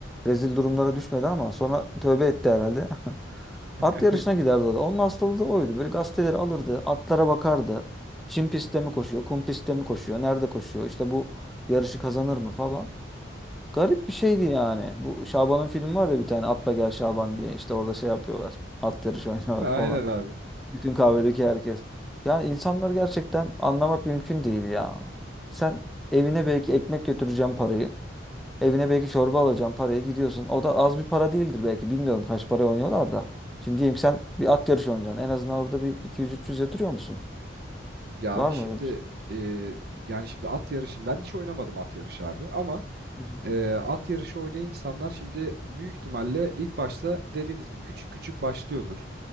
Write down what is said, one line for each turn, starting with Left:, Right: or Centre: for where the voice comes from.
Centre: rezil durumlara düşmedi ama sonra tövbe etti herhalde. <laughs> At
Right: <laughs>
Centre: yarışına giderdi o da. Onun hastalığı da oydu. Böyle gazeteleri alırdı, atlara bakardı. Çim pistte mi koşuyor, kum pistte mi koşuyor, nerede koşuyor? İşte bu yarışı kazanır mı falan. Garip bir şeydi yani. Bu Şaban'ın filmi var ya bir tane Atla Gel Şaban diye. İşte orada şey yapıyorlar. At yarışı <laughs> oynuyorlar
Right: Aynen
Centre: falan.
Right: abi.
Centre: Bütün kahvedeki herkes. Yani insanlar gerçekten anlamak mümkün değil ya. Sen evine belki ekmek götüreceğim parayı. Evine belki çorba alacağım parayı gidiyorsun. O da az bir para değildir belki. Bilmiyorum kaç para oynuyorlar da. Şimdi diyeyim sen bir at yarışı oynayacaksın. En azından orada bir iki yüz, üç yüz yatırıyor musun?
Right: Ya
Centre: Var
Right: abi
Centre: mı
Right: şimdi
Centre: öyle bir şey?
Right: e, yani şimdi at yarışı ben hiç oynamadım at yarışı abi ama
Centre: Hı hı.
Right: e, at yarışı oynayan insanlar şimdi büyük ihtimalle ilk başta dediğimiz gibi küçük küçük başlıyordur.